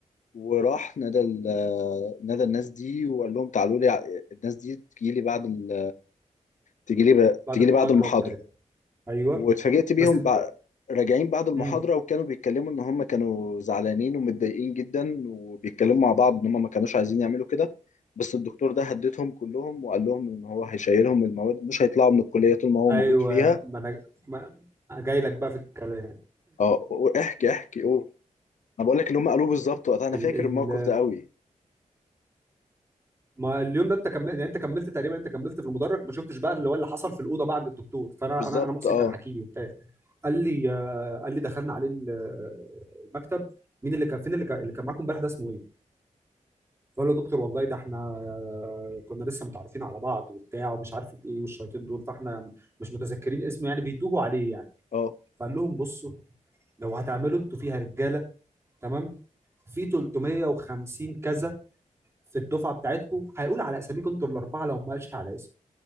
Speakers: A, on the left; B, on the right.
A: وراح نادى ال- نادى الناس دي وقال لهم تعالوا لي ع- الناس دي تجي لي بعد ال... تجي لي ب...
B: بعد
A: تجي
B: المحاضره
A: لي بعد المحاضره
B: وبتاع ايوه
A: واتفاجئت بيهم
B: بس انت
A: بع... راجعين بعد المحاضره
B: امم
A: وكانوا بيتكلموا ان هم كانوا زعلانين ومتضايقين جدا وبيتكلموا مع بعض ان هم ما كانوش عايزين يعملوا كده بس الدكتور ده هددهم كلهم وقال لهم ان هو هيشيلهم المواد مش هيطلعوا من الكليه طول ما هو
B: ايوه
A: موجود فيها
B: ما انا ما أنا جاي لك بقى في الكلام
A: اه احكي احكي قول انا بقول لك اللي هم قالوه بالظبط وقتها انا
B: ال
A: فاكر
B: ال
A: الموقف ده قوي
B: ما اليوم ده انت كملت يعني انت كملت تقريبا انت كملت في المدرج ما شفتش بقى اللي هو اللي حصل في الاوضه بقى عند الدكتور فانا
A: بالظبط
B: انا انا محسن
A: اه
B: كان حكي لي وبتاع قال لي آه، قال لي دخلنا عليه ال- المكتب مين اللي كان فين اللي كان اللي كان معاكم امبارح ده اسمه ايه؟ فقال له دكتور والله ده احنا آه، كنا لسه متعرفين على بعض وبتاع ومش عارف ايه والشياطين دول فاحنا مش متذكرين اسمه يعني بيتوهوا عليه يعني
A: اه
B: فقال لهم بصوا لو هتعملوا انتوا فيها رجاله تمام في 350 كذا في الدفعه بتاعتكم هيقول على اساميكم انتوا الاربعه لو ما قالش على اسمه